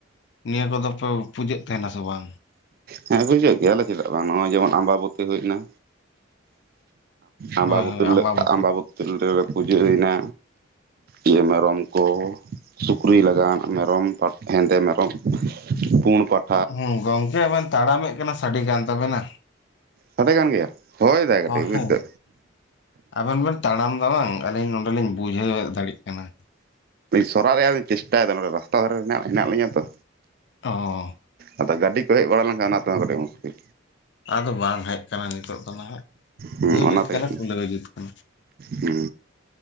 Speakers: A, on the left; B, on the right.
A: ᱱᱤᱭᱟᱹ ᱠᱚᱫᱚ ᱯᱮ ᱯᱩᱡᱚᱜ ᱛᱟᱦᱮᱱᱟ ᱥᱮ ᱵᱟᱝ
B: ᱦᱮᱸ ᱵᱩᱡᱟᱹᱜ ᱜᱮᱭᱟᱞᱮ ᱪᱮᱫᱟᱜ ᱵᱟᱝ ᱱᱚᱜᱼᱚᱭ ᱡᱮᱢᱚᱱ ᱟᱢᱵᱟᱵᱚᱛᱤ ᱦᱩᱭ ᱮᱱᱟ ᱟᱢᱵᱟ
A: ᱦᱳᱭ
B: ᱵᱩᱛᱤᱨᱮᱞᱯᱮ
A: ᱦᱳᱭ ᱟᱢᱵᱟᱵᱚᱛᱤ
B: ᱟᱢᱵᱟ ᱯᱩᱡᱟᱹᱭᱱᱟ ᱤᱭᱟᱹ ᱢᱮᱨᱚᱢ ᱠᱚ ᱥᱩᱠᱨᱤ ᱞᱟᱜᱟᱱᱟ ᱢᱮᱨᱚᱢ ᱦᱮᱸᱫᱮ ᱢᱮᱨᱚᱢ ᱯᱩᱲ ᱯᱟᱴ
A: ᱦᱩᱸ ᱜᱚᱝᱠᱮ ᱵᱮᱱ ᱛᱟᱲᱟᱢᱮᱫ ᱠᱟᱱᱟ ᱥᱟᱰᱮ ᱠᱟᱱ ᱛᱟᱵᱮᱱᱟ
B: ᱥᱟᱰᱮ ᱠᱟᱱ ᱜᱮᱭᱟ ᱦᱳᱭ ᱫᱟᱭ ᱠᱟᱹᱴᱤᱡ
A: ᱦᱳᱭ
B: ᱵᱩᱡᱽ ᱫᱟ
A: ᱟᱵᱮᱱ ᱵᱮᱱ ᱛᱟᱲᱟᱢᱫᱟ ᱵᱟᱝ ᱟᱹᱞᱤᱧ ᱱᱚᱰᱮᱞᱤᱧ ᱵᱩᱡᱷᱟᱹᱣᱮᱫ ᱫᱟᱲᱮᱭᱟᱜ ᱠᱟᱱᱟ
B: ᱥᱚᱨᱟᱣ ᱨᱮᱭᱟᱜ ᱞᱤᱧ ᱪᱮᱥᱴᱟᱭᱮᱫᱟ ᱱᱚᱸᱰᱮ ᱨᱟᱥᱛᱟ ᱫᱷᱟᱨᱮ ᱨᱮᱱᱟᱜ ᱦᱮᱱᱟᱜ ᱞᱤᱧᱟ ᱛᱚ
A: ᱚ
B: ᱟᱫᱚ ᱜᱟᱹᱰᱤ ᱠᱚ ᱦᱮᱡ ᱵᱟᱲᱟ ᱞᱮᱱᱠᱷᱟᱱ ᱚᱱᱟ ᱛᱮᱦᱚᱸ ᱠᱟᱹᱴᱤᱡ ᱢᱩᱥᱠᱤᱞ
A: ᱟᱫᱚ ᱵᱟᱝ ᱦᱮᱡ ᱟᱠᱟᱱᱟ ᱱᱤᱛᱳ ᱫᱚ ᱱᱟᱦᱟᱜ
B: ᱦᱮᱸ
A: ᱦᱩᱭ
B: ᱚᱱᱟ
A: ᱡᱩᱛ
B: ᱛᱮᱜᱮ
A: ᱠᱟᱱᱟ ᱠᱩᱞᱟᱹᱣ ᱡᱩᱛ ᱠᱟᱱᱟ
B: ᱦᱮᱸ